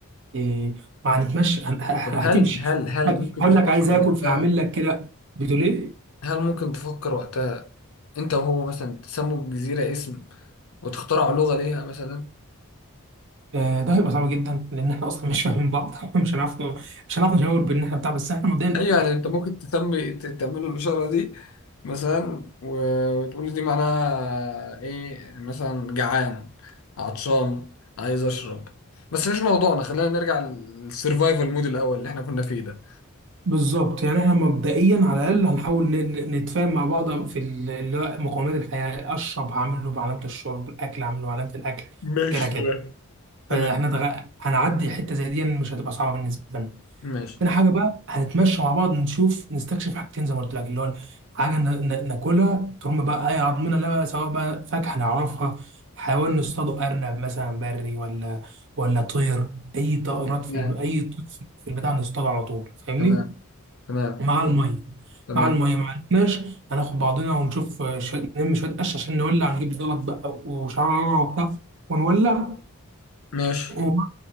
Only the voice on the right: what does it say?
إيه وهنتمشى هن- ه-
هتمشي
طيب،
هقول
لك عايز آكل
فأعمل لك كده بتقول إيه؟
آه، ده هيبقى صعب جدا لأن إحنا أصلا مش فاهمين بعض <laughs> إحنا مش هنعرف مش هنعرف نشاور بإن إحنا بتاع بس إحنا مبدئيا
بالظبط يعني احنا مبدئيا على الاقل هنحاول ن- ن- نتفاهم مع بعض في ال- اللي هو مقومات الحياه اشرب هعمل له بعلامه الشرب الاكل هعمل له بعلامه الاكل
كده كده
فاحنا دغ... هنعدي حته زي دي مش هتبقى صعبه بالنسبه لنا
تاني حاجه بقى هنتمشى مع بعض نشوف نستكشف حاجتين زي ما قلت لك اللي هو حاجه ن... ن- ناكلها ترم بقى اي عضمنا لا بقى سواء بقى فاكهه نعرفها حيوان نصطاده ارنب مثلا بري ولا ولا طير اي طائرات في
ال... اي طير في البتاع نصطاده على طول فاهمني
ومع الميه
مع الميه ما عرفناش هناخد بعضنا ونشوف آه، ش- نلم شويه قش عشان نولع نجيب زلط بقى وشعره وبتاع ونولع
ومع